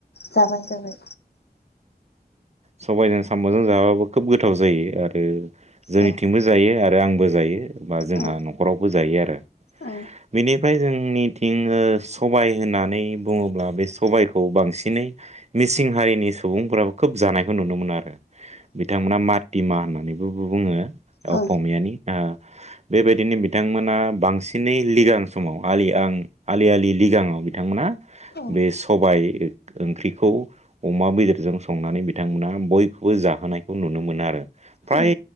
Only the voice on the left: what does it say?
जाबाय जाबाय।
औ
औ
औ
औ
औ
उम